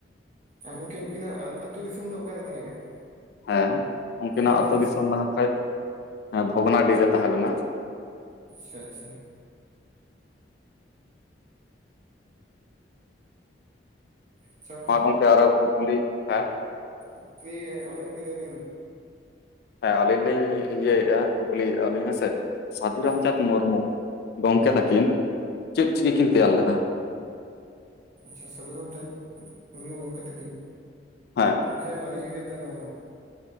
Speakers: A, on the right (about 40°); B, on the left (about 60°).
A: ᱟᱨ ᱜᱚᱢᱠᱮ ᱩᱱᱠᱤᱱᱟᱜ ᱟ ᱟᱹᱛᱳ ᱫᱤᱥᱚᱢ ᱫᱚ ᱚᱠᱟᱨᱮ ᱛᱟᱦᱮᱸ ᱠᱟᱱᱟ?
B: ᱦᱮᱸ ᱩᱝᱠᱤᱱᱟᱜ
A: ᱩᱱᱠᱤᱱᱟᱜ ᱟᱹᱛᱩ
B: ᱟᱹᱛᱳ ᱫᱤᱥᱚᱢ ᱦᱟᱸᱜ ᱠᱷᱟᱡ ᱵᱷᱚᱜᱽᱱᱟᱰᱤ ᱨᱮ ᱛᱟᱦᱮᱸ ᱞᱮᱱᱟ᱾
A: ᱟᱪᱪᱷᱟᱻᱟᱪᱪᱷᱟᱻ᱾ ᱟᱪᱪᱷᱟ
B: ᱢᱟ ᱜᱚᱝᱠᱮ ᱟᱨᱚ ᱠᱩᱠᱞᱤ ᱦᱮᱸ
A: ᱚᱠᱮ ᱟᱵᱮᱱ ᱜᱮ ᱞᱟᱹᱭ ᱵᱮᱱ
B: ᱦᱮᱸ ᱟᱹᱞᱤᱧ ᱞᱤᱧ ᱤᱭᱟᱹ ᱭᱮᱜᱼᱟ ᱠᱩᱠᱞᱤᱭᱮᱜᱼᱟ, ᱞᱤᱧ ᱦᱮᱸᱥᱮ ᱥᱟᱹᱫᱷᱩ
A: ᱦᱮᱸ
B: ᱨᱟᱢᱪᱟᱸᱫᱽ ᱢᱩᱨᱢᱩ᱾ ᱜᱚᱝᱠᱮ ᱛᱟᱠᱤᱱ ᱪᱮᱫ ᱪᱤᱠᱤ ᱠᱤᱱ ᱛᱮᱭᱟᱨ ᱞᱮᱫᱟ?
A: ᱟᱪᱪᱷᱟ ᱥᱟᱫᱷᱨᱟᱢ ᱪᱟᱸᱫᱽ ᱢᱩᱨᱢᱩ ᱜᱚᱝᱠᱮ ᱛᱟᱹᱠᱤᱱ?
B: ᱦᱮᱸᱻ᱾
A: ᱜᱚᱝᱠᱮ ᱵᱟ. ᱞᱤᱧ ᱩᱭᱦᱟᱹᱨᱟ ᱫᱟ ᱱᱚᱣᱟ ᱦᱚᱸ᱾